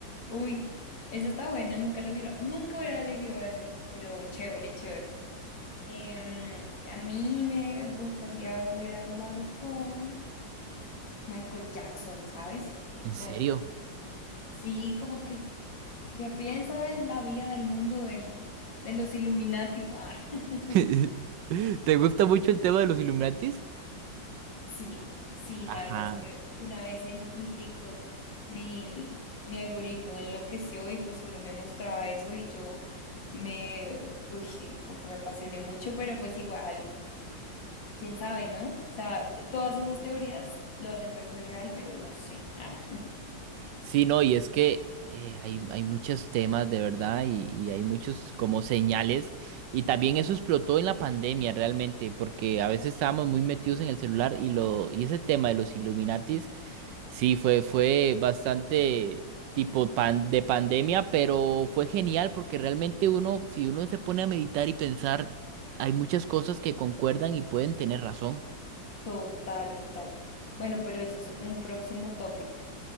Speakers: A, on the left (about 75°); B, on the right (about 75°).
A: Uy, esa está buena, nunca la hubiera, nunca hubiera elegido ese, pero chévere, chévere. Em, a mí me gustaría haber hablado con... Michael Jackson, ¿sabes?
B: ¿En
A: Como
B: serio?
A: que, sí, como que, que piensa de la vida del mundo del, de los Illuminati. Ah.
B: <laughs>
A: <laughs>
B: ¿Te gusta mucho el tema de los Illuminatis?
A: Sí, sí,
B: Ajá.
A: la verdad es que una vez en mi TikTok mi, mi algoritmo enloqueció y pues solo me mostraba eso y yo me, uy, sí, como que me apasioné mucho, pero pues igual, quién sabe, ¿no? O sea, todas esas teorías lo hacen ver muy real, pero no sé. Ah.
B: Sí, no, y es que eh, hay, hay muchos temas de verdad y, y hay muchos como señales y también eso explotó en la pandemia realmente porque a veces estábamos muy metidos en el celular y lo y ese tema de los Illuminatis sí fue fue bastante tipo pan, de pandemia, pero fue genial porque realmente uno si uno se pone a meditar y pensar hay muchas cosas que concuerdan y pueden tener razón.
A: Total, total. Bueno, pero ese es un próximo topic.